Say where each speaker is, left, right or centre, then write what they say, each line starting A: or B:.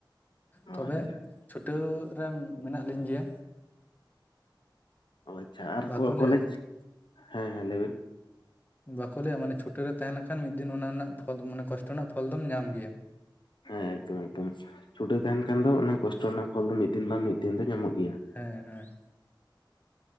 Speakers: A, on the left; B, on the left.
A: ᱚ
B: ᱛᱚᱵᱮ
A: ᱟᱪᱪᱷᱟ
B: ᱪᱷᱩᱴᱟᱹᱣ ᱨᱮ ᱢᱮᱱᱟᱜ ᱞᱤᱧ ᱜᱮᱭᱟ᱾
A: ᱚ ᱟᱪᱪᱷᱟ ᱟᱨ
B: ᱵᱟᱠᱚ ᱞᱟᱹᱭᱟ
A: ᱠᱚᱞᱮᱡᱽ ᱦᱮᱸ ᱦᱮᱸ ᱞᱟᱹᱭ ᱵᱮᱱ
B: ᱵᱟᱠᱚ ᱞᱟᱹᱭ-ᱟ ᱢᱟᱱᱮ ᱪᱷᱩᱴᱟᱣ ᱨᱮ ᱛᱟᱦᱮᱸ ᱞᱮᱱ ᱠᱷᱟᱱ ᱢᱤᱫ ᱫᱤᱱ ᱚᱱᱟ ᱨᱮᱱᱟᱜ ᱯᱷᱚᱞ ᱢᱟᱱᱮ ᱠᱚᱥᱴᱚ ᱨᱮᱱᱟᱜ ᱯᱷᱚᱞ ᱫᱚᱢ ᱧᱟᱢ ᱜᱮᱭᱟ᱾
A: ᱦᱮᱸ ᱮᱠᱫᱚᱢ ᱮᱠᱫᱚᱢ ᱪᱷᱩᱴᱟᱹᱣ ᱛᱟᱦᱮᱱ ᱠᱷᱟᱱ ᱫᱚ ᱚᱱᱮ ᱠᱚᱥᱴᱚ ᱨᱮᱱᱟᱜ ᱯᱷᱚᱞ ᱫᱚ ᱢᱤᱫ ᱫᱤᱱ ᱵᱟᱝ ᱢᱤᱫ ᱫᱤᱱ ᱫᱚ ᱧᱟᱢᱚᱜ ᱜᱮᱭᱟ ᱾
B: ᱦᱮᱸ ᱦᱮᱸ ᱾